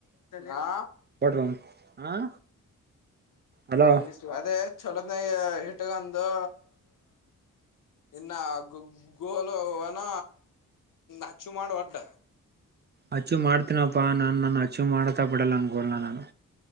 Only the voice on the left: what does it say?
ಹಾ
ಸಲ್ಲಿಸ್ಟು ಅದೇ ಚಲೋತ್ನಾಗೇ ಇಟ್ಗಂದೂ ಇನ್ನು ಗ ಗೋಲುನ ಅಚ್ಚು ಮಾಡ್ ಒಟ್ಟ.